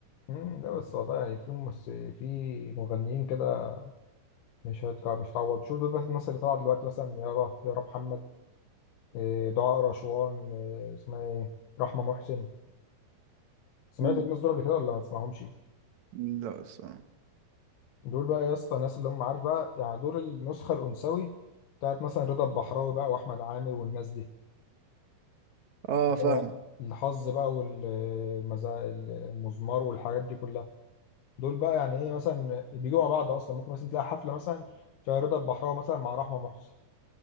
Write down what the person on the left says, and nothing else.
امم ده بس والله يعني في مس... في مغنيين كده مش هتكع... مش هتعوض شوف دول بس الناس اللي طالعه دلوقتي مثلا يارا يارا محمد إيه، دعاء رشوان إيه، اسمها ايه رحمه محسن سمعت
الناس دول قبل كده ولا ما تسمعهمش
دول بقى يا اسطى الناس اللي هم عارف بقى يعني دول النسخه الانثوي بتاعت مثلا رضا البحراوي بقى واحمد عامر والناس دي
ده
الحظ بقى والمزا المزمار والحاجات دي كلها دول بقى يعني ايه مثلا بيجوا مع بعض اصلا ممكن مثلا تلاقي حفله مثلا فيها رضا البحراوي مثلا مع رحمه محسن